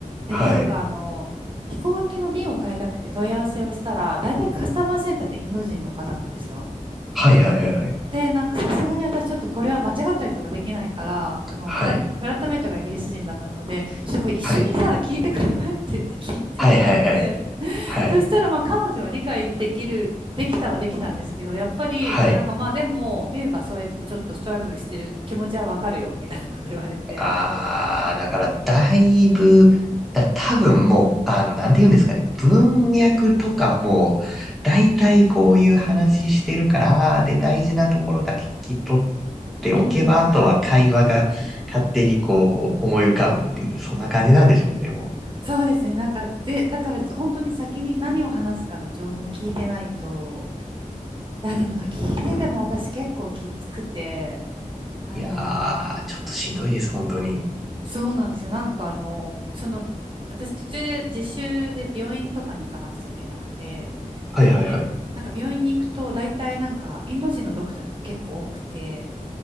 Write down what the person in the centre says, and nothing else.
はい。
はいはいはいはい。
はい。
はい。
はいはいはい。はい。
はい。
ああ、だからだいぶ、だ、多分もう、あの、なんて言うんですかね、文脈とかも、大体こういう話してるから、で、大事なところだけ聞き取っておけば、
あとは会話が勝手にこう思い浮かぶっていう、そんな感じなんでしょうね、も
う。いやー、ちょっとしんどいです、本当に。
はいはいはい。